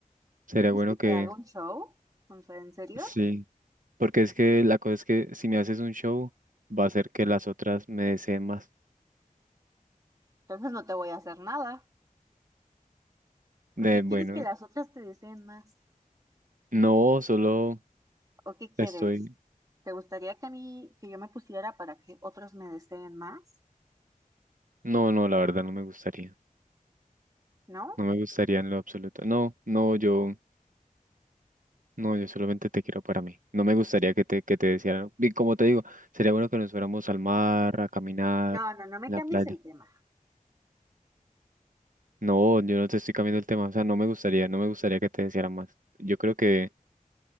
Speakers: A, on the right (about 65°); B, on the right (about 25°).
A: Sería
B: ¿Quieres
A: bueno
B: que te
A: que
B: haga un show? O sea, ¿en serio?
A: sí, porque es que la cosa es que si me haces un show, va a ser que las otras me deseen más.
B: Entonces no te voy a hacer nada. ¿Por
A: De
B: qué
A: bueno,
B: quieres que las otras te deseen más?
A: no, solo
B: ¿O qué quieres?
A: estoy.
B: ¿Te gustaría que a mí, que yo me pusiera para que otros me deseen más?
A: No, no, la verdad no me gustaría.
B: ¿No?
A: No me gustaría en lo absoluto. No, no, yo, no, yo solamente te quiero para mí. No me gustaría que te, que te desearan. Y como te digo, sería bueno que nos fuéramos al mar, a caminar,
B: No, no, no me
A: en
B: cambies
A: la playa.
B: el tema.
A: No, yo no te estoy cambiando el tema, o sea, no me gustaría, no me gustaría que te deseara más. Yo creo que